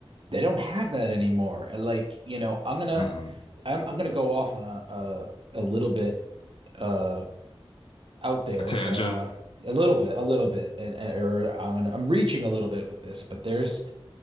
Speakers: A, on the right; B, on the left.
A: they don't have that anymore. And like, you know, I'm gonna
B: Mm-mm.
A: I'm I'm gonna go off on a a, a little bit uh, out there,
B: A tangent.
A: but uh a little bit, a little bit, and, and- or I'm gonna, I'm reaching a little bit with this, but there's